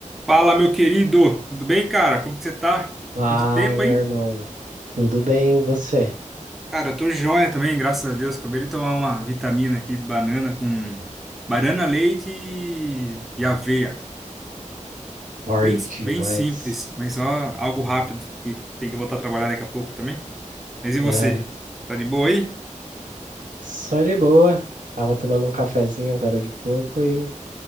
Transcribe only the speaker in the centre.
Fala, meu querido! Tudo bem, cara? Como que você tá?
Quanto tempo, hein?
Cara, eu tô joia também, graças a Deus. Acabei de tomar uma vitamina aqui de banana com banana, leite e e aveia.
Bem, bem
simples, mas ó, algo rápido. E tem que voltar a trabalhar daqui a pouco também. Mas e você?
Tá de boa aí?